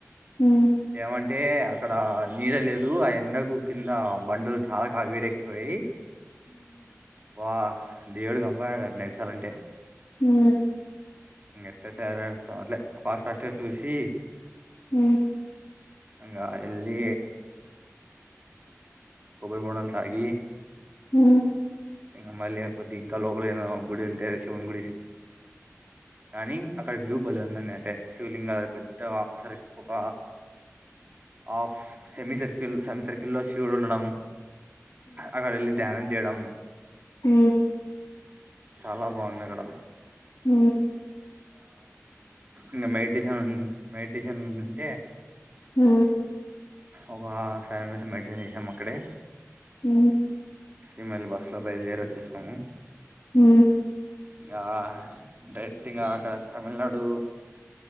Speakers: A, on the left; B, on the right.
A: హ్మ్
B: ఏమంట అంటతే అక్కడ నీడ లేదు ఆ ఎండ కింద బండలు చాలా సవిడకపోయి వాహ్ దేవుడు గమ్బడారు నెడుసాల అంటే
A: హ
B: ఇట్రా అట్ ఫస్ట్ ఫస్ట్గా చూసి
A: హ
B: హంగా ఎలి కొబరి బోణల్ తాగి
A: హ
B: ఇంకా మళ్ళీ కొద్ది ఇంకా లోపలి గుడి ఉంటే శివుని గుడి కానీ అక్కడ వ్యూ బలే ఉందండి అంటే శివలింగ పెద్ద సర్ ఒక half semi circle semi circle లో శివుడు ఉండడం అక్కడళ ధ్యానంద చేడం
A: హ
B: చాలా బాగుంది అక్కడ
A: హ
B: ఇంకా మెడిటేషన్ మెడిటేషన్ ఉంటే
A: హ
B: ఒక ఫ మెయిటైన్ చేసాం అక్కడే
A: హ
B: ఈమయిల్ బస్ లో బయలుదేర వచ్చేసాము
A: హ
B: ఇంకా డైరెక్ట్ ఇంకా అక్కడ తమిళనాడు